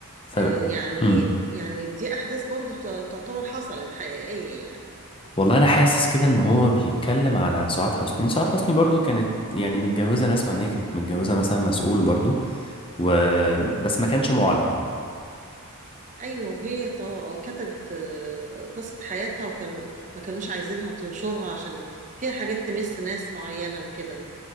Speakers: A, on the left; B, on the right.
A: طب
B: آه يعني
A: مم.
B: يعني دي احداث برضو ت- تعتبر حصلت حقيقية يعني
A: والله انا حاسس كده ان هو بيتكلم على سعاد حسني سعاد حسني برضو كانت يعني متجوزه انا اسمع ان هي كانت متجوزه مثلا مسؤول برضو و... بس ما كانش معلن يعني
B: ايوه وهي ط- آه، كتبت آه، قصة حياتها وكانوا ما كانوش عايزينها تنشرها عشان فيها حاجات تمس ناس معينة وكده